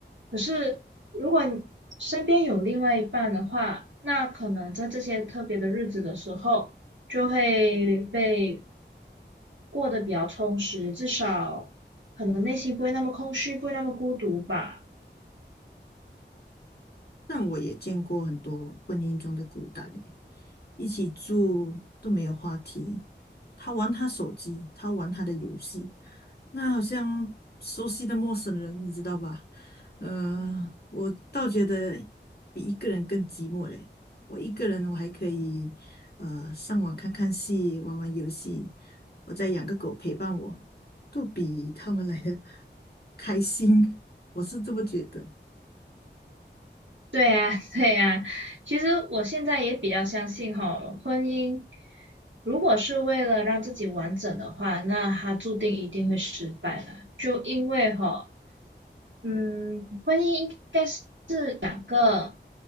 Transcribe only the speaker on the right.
可是如果你身边有另外一半的话，那可能在这些特别的日子的时候。就会被过得比较充实，至少可能内心不会那么空虚，不会那么孤独吧。
对呀，<laughs> 对呀，其实我现在也比较相信哈，婚姻如果是为了让自己完整的话，那它注定一定会失败的，就因为哈，嗯，婚姻应该是两个